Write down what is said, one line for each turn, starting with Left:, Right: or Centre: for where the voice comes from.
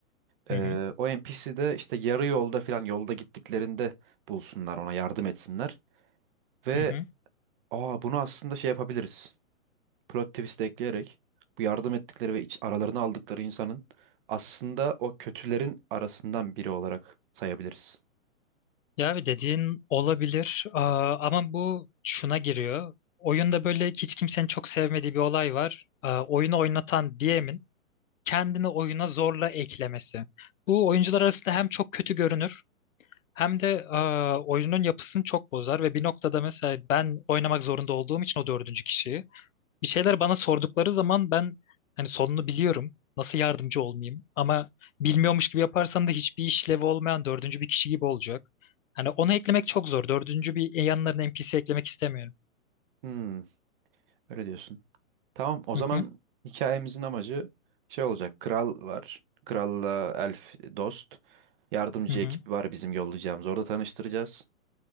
Right: Ee,
Left: Hı hı.
Right: o NPC de işte yarı yolda falan yolda gittiklerinde bulsunlar ona yardım etsinler. Ve
Left: Hı hı.
Right: aa bunu aslında şey yapabiliriz. plot twist ekleyerek bu yardım ettikleri ve iç, aralarına aldıkları insanın aslında o kötülerin arasından biri olarak sayabiliriz.
Left: Ya abi dediğin olabilir Aa, ama bu şuna giriyor. Oyunda böyle hiç kimsenin çok sevmediği bir olay var. Aa, oyunu oynatan DM'in kendini oyuna zorla eklemesi. Bu oyuncular arasında hem çok kötü görünür hem de aa, oyunun yapısını çok bozar ve bir noktada mesela ben oynamak zorunda olduğum için o dördüncü kişiyi bir şeyler bana sordukları zaman ben hani sonunu biliyorum. Nasıl yardımcı olmayayım? Ama bilmiyormuş gibi yaparsam da hiçbir işlevi olmayan dördüncü bir kişi gibi olacak. Hani onu eklemek çok zor. Dördüncü bir yanlarına NPC eklemek istemiyorum.
Right: Hmm, öyle diyorsun. Tamam, o zaman
Left: Hı hı
Right: hikayemizin amacı şey olacak. Kral var. Kralla elf dost. Yardımcı
Left: hı hı
Right: ekip var bizim yollayacağımız. Orada tanıştıracağız.